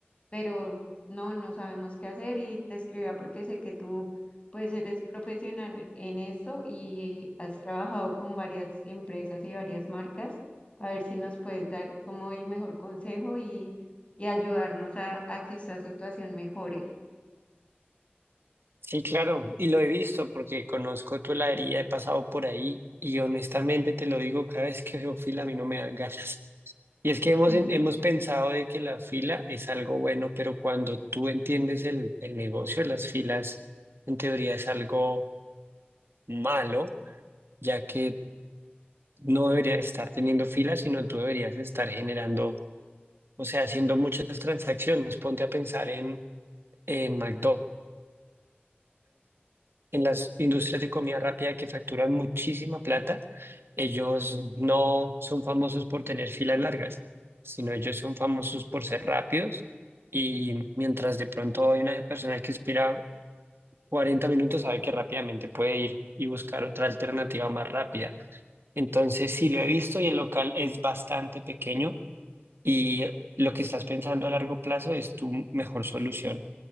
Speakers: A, on the left; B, on the right.
A: pero no, no sabemos qué hacer y te escribía porque sé que tú pues eres profesional en esto y has trabajado con varias empresas y varias marcas, a ver si nos puedes dar como el mejor consejo y, y ayudarnos a, a que esta situación mejore.
B: Sí, claro, y lo he visto porque conozco tu heladería, he pasado por ahí y honestamente te lo digo, cada vez que veo fila a mí no me dan ganas. Y es que hemos,
A: <laughs>
B: en- hemos pensado de que la fila es algo bueno, pero cuando tú entiendes el, el negocio de las filas, en teoría es algo malo, ya que no deberías estar teniendo filas, sino tú deberías estar generando, o sea, haciendo muchas transacciones. Ponte a pensar en, en McDonald's. en las industrias de comida rápida que facturan muchísima plata, ellos no son famosos por tener filas largas, sino ellos son famosos por ser rápidos y mientras de pronto hay una persona que espera 40 minutos, sabe que rápidamente puede ir y buscar otra alternativa más rápida. Entonces, sí lo he visto y el local es bastante pequeño y lo que estás pensando a largo plazo es tu mejor solución.